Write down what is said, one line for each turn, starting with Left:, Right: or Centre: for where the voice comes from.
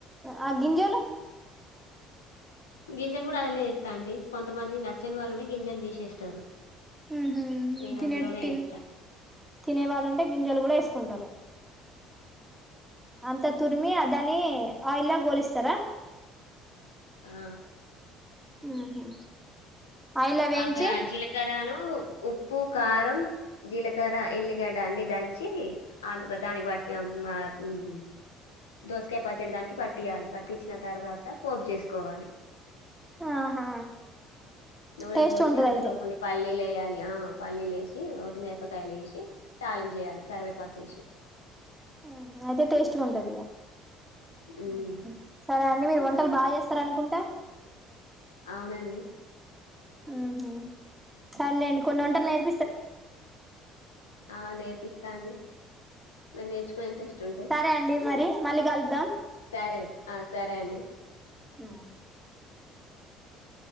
Centre: ఆ గింజలు
Left: గింజలు కూడా అల్లనే వేస్తా అండి కొంతమంది నచ్చని వాళ్లుంటే గింజలు తీసేస్తారు
Centre: ఉహు
Left: నేను
Centre: తినే
Left: అందులోనే
Centre: తిని
Left: వేస్తా
Centre: తినే వాళ్ళుంటే గింజలు కూడా వేసుకుంటారు అంత తురిమి అ ధాన్ని ఆయిల్ లా గోలిస్తారా
Left: ఆ
Centre: ఉహు ఆయిల్లా వేయించి
Left: అవే ఆ జీలకరను ఉప్పు కారం జీలకర ఎల్లిగడ్డ అన్ని దంచి ఆ దానికి పాట్టి <inaudible> దోసకాయ పచ్చడి దానికి పట్టియాలి పట్టి వచ్చిన తర్వాత పోపు చేసుకోవాలి
Centre: ఆహా
Left: నూనె
Centre: టేస్ట్
Left: పోసి
Centre: ఉంటది
Left: అందులో
Centre: అయితే
Left: కొన్ని పల్లీ లు వెయ్యాలే లా ఆ పల్లీలు వేసి వట్టి నేరపకాయలు ఎసి కి తాలింపు చేయాలి కరివేపాక ఎసి
Centre: ఉహు అయితే టేస్ట్ గా ఉంటది
Left: ఉమ్
Centre: ఉహు సరే అం మీరు వంటలు బాగా చేస్తారు అనుకుంట
Left: అవునండి
Centre: హు హు సర్లేండి కొన్ని వంటలు నేర్
Left: ఆ నేర్పిస్తా అండి మీరు నేర్చుకునే ఇంట్రెస్ట్ ఉంటే
Centre: సరే అండి మరి మళ్ళీ కలుద్దాం
Left: సరే ఆ సరే అండి
Centre: ఆ